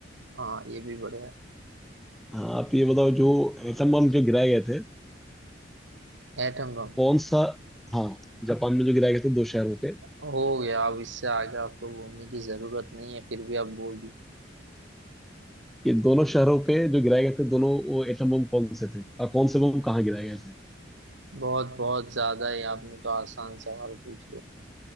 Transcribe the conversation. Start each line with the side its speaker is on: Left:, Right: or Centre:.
Right: हाँ ये भी बढ़िया है
Centre: हाँ आप ये बताओ जो एटम बम जो गिराए गए थे
Right: Atom bomb
Centre: कौन सा हाँ जापान में जो गिराए गए थे दो शहरों पे
Right: हो गया अब इससे आगे आपको बोलने की जरूरत नहीं है फिर भी आप बोल दी
Centre: ये दोनों शहरों पे जो गिराए गए थे दोनों वो एटम बम कौन से थे और कौन से बम कहाँ गिराए गए थे
Right: बहुत बहुत ज्यादा ही आपने तो आसान सवाल पूछ लिया